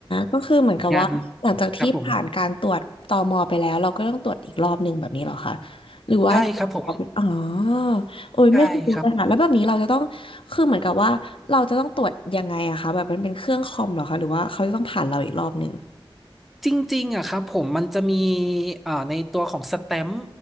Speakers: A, on the left; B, in the centre.
A: ก็คือเหมือนกับว่าหลังจากที่ผ่านการตรวจตมไปแล้วเราก็ต้องตรวจอีกรอบหนึ่งแบบนี้เหรอคะ
B: งานครับผม
A: หรือว่า
B: ใช่ครับผม
A: อ๋อโอ้ยไม่เคยรู้เลยค่ะแล้วแบบนี้เราจะต้อง
B: ใช่ครับ
A: คือเหมือนกับว่าเราจะต้องตรวจยังไงอะคะแบบมันเป็นเครื่องคอมเหรอคะหรือว่าเขาจะต้องผ่านเราอีกรอบหนึ่ง
B: จริงๆอะครับผมมันจะมีเอ่อในตัวของสแตมป์